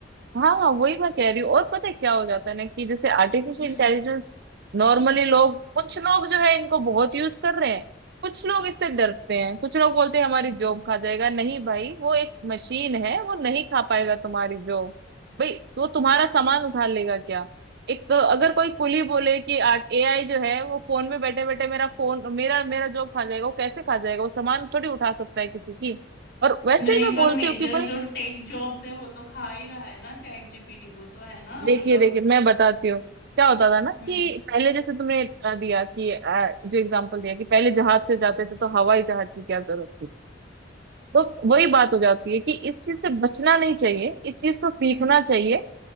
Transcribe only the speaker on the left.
हम्म
नहीं
पर
मेजर
जो टेक जॉब्स है वो तो खा ही रहा है ना चैट जीपीटी वो तो है ना
मतलब
हम्म